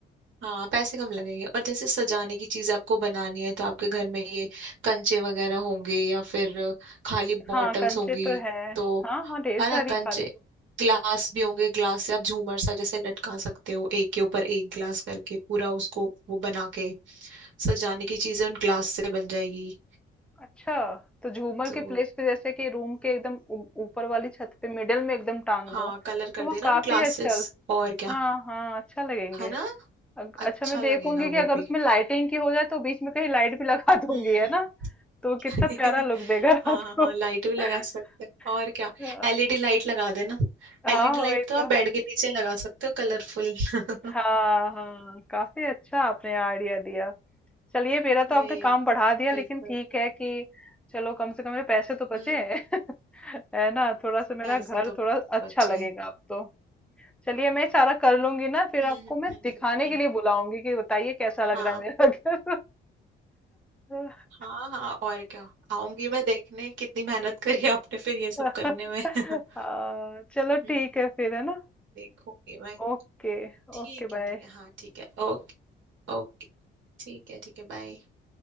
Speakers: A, on the right; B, in the centre.
A: हाँ पैसे कम लगेंगे और जैसे सजाने की चीजें आपको बनानी है तो आपके घर में ये कंचे वगैरह होंगे या फिर खाली बॉटल्स
B: हाँ कंचे
A: होंगी
B: तो है
A: तो
B: हाँ हाँ ढेर
A: है
B: सारी
A: ना कंचे
B: खाली
A: ग्लास भी होंगे ग्लास से आप झूमर सा जैसे लटका सकते हो एक के ऊपर एक ग्लास करके पूरा उसको वो बना के सजाने की चीजें उन ग्लास से बन जाएगी
B: अच्छा तो झूमर
A: तो
B: के प्लेस पे जैसे कि रूम के एकदम ऊ- ऊपर वाली छत पे मिडिल में एकदम टांग
A: हाँ
B: दो
A: कलर कर
B: तो वो
A: देना
B: काफी
A: उन ग्लासेस
B: अच्छा
A: और क्या
B: हाँ हाँ अच्छा लगेंगे
A: है ना
B: अग-
A: अच्छा
B: अच्छा मैं देखूंगी
A: लगेगा
B: कि
A: वो
B: अगर
A: भी
B: उसमें लाइटिंग की हो जाए तो बीच में कहीं लाइट भी लगा दूंगी
A: हम्म
B: है ना तो
A: <laughs>
B: कितना प्यारा लुक देगा रात
A: हाँ हाँ हाँ
B: को
A: लाइट भी लगा
B: <laughs>
A: सकते हैं और क्या
B: अ,
A: एलईडी लाइट लगा देना
B: हाँ
A: एलईडी लाइट
B: वही
A: तो आप
B: तो
A: बेड के नीचे लगा सकते हो कलरफुल <laughs>
B: हाँ हाँ काफी अच्छा आपने आइडिया दिया चलिए मेरा तो
A: आई
B: आपने काम
A: आई
B: बढ़ा दिया
A: बिल्कुल
B: लेकिन ठीक है कि चलो कम से कम मेरे पैसे तो बचे
A: हम्म
B: <laughs> है ना थोड़ा सा मेरा
A: पैसे
B: घर
A: तो
B: थोड़ा अच्छा
A: बचे
B: लगेगा
A: हैं
B: अब तो चलिए मैं सारा कर लूंगी ना फिर
A: हम्म
B: आपको
A: हम्म
B: मैं
A: हम्म,
B: दिखाने
A: हम्म, हम्म।
B: के लिए बुलाऊंगी कि बताइए कैसा
A: हाँ
B: लग रहा है मेरा घर <laughs>
A: हाँ हाँ और क्या आऊंगी मैं देखने कितनी मेहनत करी आपने फिर ये सब
B: <laughs>
A: करने में <laughs>
B: हाँ, चलो
A: हम्म
B: ठीक है फिर है ना
A: देखूंगी मैं
B: ओके
A: ठीक
B: Okay
A: है
B: bye
A: ठीक है हाँ ठीक है ओके ओके ठीक है ठीक है बाय